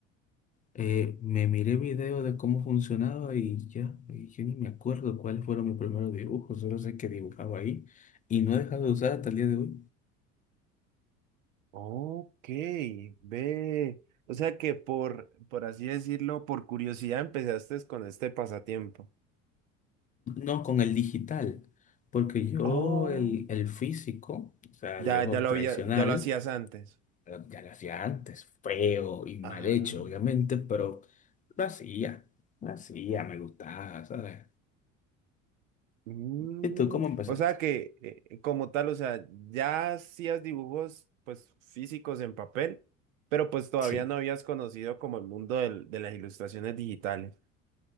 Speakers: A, on the left (about 20°); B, on the right (about 75°).
A: Eh, me miré video de cómo funcionaba y ya, y yo ni me acuerdo cuáles fueron mis primeros dibujos, solo sé que dibujaba ahí y no he dejado de usar hasta el día de hoy.
B: Ok, ve. O sea que por, por así decirlo, por curiosidad empezaste con este pasatiempo.
A: No, con el digital, porque yo
B: Oh.
A: el, el físico, o sea,
B: Ya,
A: el ojo
B: ya lo
A: tradicional,
B: había, ya lo hacías antes.
A: eh, ya lo hacía antes, feo y mal
B: Ah.
A: hecho, obviamente, pero lo hacía, lo hacía, me gustaba, ¿sabes?
B: Mm,
A: ¿Y tú cómo empezaste?
B: o sea que eh, como tal, o sea, ya hacías dibujos pues físicos en papel, pero pues todavía
A: Sí.
B: no habías conocido como el mundo del- de las ilustraciones digitales.